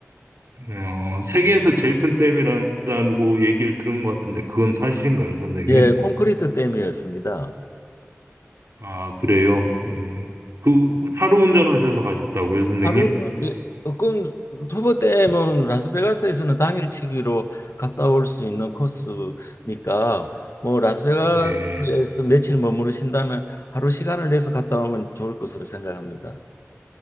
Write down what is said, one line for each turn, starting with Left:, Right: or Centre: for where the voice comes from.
Right: 어, 세계에서 제일 큰 댐이라고 얘기를 들은 것 같은데, 그건 사실인가요, 선생님?
Left: 예, 콘크리트 댐이었습니다.
Right: 아, 그래요? 예. 그, 하루 운전하셔서 가셨다고요, 선생님?
Left: 하루는 예, 어, 그 두번 때면 라스베가스에서는 당일치기로 갔다 올 수 있는 코스니까 뭐 라스베가스에서
Right: 예.
Left: 며칠 머무르신다면 하루 시간을 내서 갔다 오면 좋을 것으로 생각합니다.